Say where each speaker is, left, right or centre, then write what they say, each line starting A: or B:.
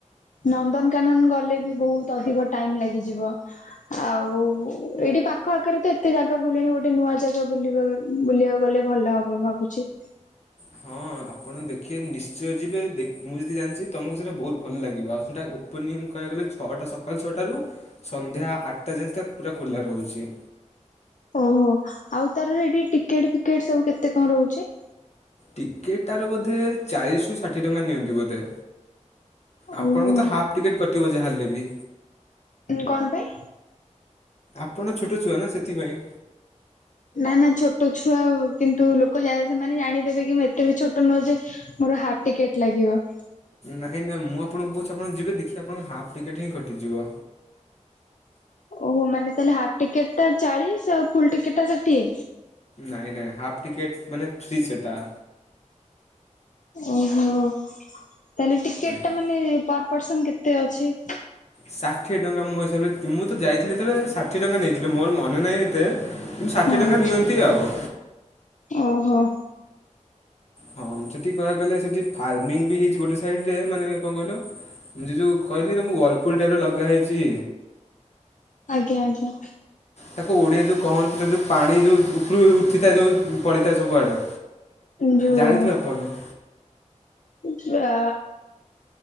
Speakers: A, on the left; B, on the left.
A: ନନ୍ଦନ୍ କାନନ୍ ଗଲେ ବି ବୋହୁତ୍ ଅଧିକ ଟାଇମ୍ ଲାଗିଯିବ। ଆଉ ଏଇଠି ପାଖ ଆଖରେ ତ ଏତେ ଜାଗା ବୁଲିଣି ଗୋଟେ ନୂଆ ଜାଗା ବୁଲିବା ବୁଲିବାକୁ ଗଲେ ଭଲ ହବ ଭାବୁଛି।
B: ହଁ ଆପଣ ଦେଖିବେ ନିଶ୍ଚୟ ଯିବେ ଦେ ମୁଁ ଯେତିକି ଜାଣିଚି ତମକୁ ସେଇଟା ବୋହୁତ୍ ଭଲ୍ ଲାଗିବ ଆଉ ସେଟା ଓ ଓପନିଂ କହିବାକୁ ଗଲେ ଛଅଟା ସକାଳ ଛଅଟାରୁ ସନ୍ଧ୍ୟା ଆଟ୍ ଟା ଯାଏ <unintelligible> ପୁରା ଖୋଲା ରହୁଛି।
A: ଓହୋ ଆଉ ତାର ସେଇଟି ଟିକେଟ୍ ଫିକେଟ୍ ସବୁ କେତେ କଣ ରହୁଛି?
B: ଟିକେଟ୍ ଟାରୁ ବୋଧେ ଚାଳିଶ୍ ରୁ ଷାଠିଏ ଟଙ୍କା ନିଅନ୍ତି ବୋଧେ। ଆପଣଙ୍କୁ
A: ଓହୋ
B: ତ ହାପ୍ ଟିକେଟ୍ କଟିବ ଯାହେଲେ ବି।
A: କଣ ପାଇଁ?
B: ଆପଣ ଛୋଟ ଛୁଆ ନା ସେଥିପାଇଁ।
A: ନା ନା ଛୋଟ ଛୁଆ କିନ୍ତୁ ଲୋକ ଯାଏ ସେମାନେ ଜାଣି ଦେବେ କି ମୁଁ ଏତେ ବି ଛୋଟ ନୁହଁ ଯେ ମୋର ହାପ୍ ଟିକେଟ ଲାଗିବ।
B: ନାହିଁ ନାଇଁ ମୁଁ ଆପଣଙ୍କୁ କହୁଛି ଆପଣ ଯିବେ ଦେଖିବେ ଆପଣଙ୍କ ହାପ୍ ଟିକେଟ୍ ହିଁ କଟିଯିବ।
A: ଓହୋ ମାନେ ତାହାଲେ ହାପ୍ ଟିକେଟ୍ ଟା ଚାଳିଶ୍ ଆଉ ଫୁଲ୍ ଟିକେଟ୍ ଟା ଷାଠିଏ।
B: ନାଇଁ ନାଇଁ ହାପ୍ ଟିକେଟ୍ ମାନେ ଫ୍ରି ସେଟା।
A: ଓହୋ ତାହାଲେ ଟିକେଟ୍
B: ଆଜ୍ଞା।
A: ଟା ମାନେ ପର୍ ପର୍ସନ୍ କେତେ ଅଛି?
B: ଷାଠିଏ ଟଙ୍କା ମୋ ହିସାବରେ ମୁଁ ତ ଯାଇଥିଲି ଯେତେବେଳେ ଷାଠିଏ ଟଙ୍କା ନେଇଥିଲେ ମୋର ମନେ ନାହିଁ ଏତେ। କିନ୍ତୁ ଷାଠିଏ
A: ହଁ।
B: ଟଙ୍କା ନିଅନ୍ତି ଆଉ।
A: ଓହୋ।
B: ହଁମ୍ ସେଠି କହିବାକୁ ଗଲେ ସେଠି ଫାର୍ମିଂ ବି ହେଇଛି ଗୋଟେ ସାଇଡ୍ ରେ ମାନେ କଣ କହିଲ? ମୁଁ ଯୋ-ଯୋଉ କହିଲି ତମକୁ ୱାଲ୍ ପୁଲ୍ ଟାଇବ୍ ର ଲଗା ହେଇଚି।
A: ଆଜ୍ଞା ଆଜ୍ଞା।
B: ତାକୁ ଓଡ଼ିଆ ଯୋଉ କହନ୍ତି ତାକୁ ଯୋଉ ପାଣି ଯୋଉ ଉପରୁ ଉଠିଥାଏ ଯୋଉ ପଡ଼ିଥାଏ ସବୁଆଡ଼େ।
A: ଯୋଉ
B: ଜାଣିଥିବେ ଆପଣ?
A: ଯା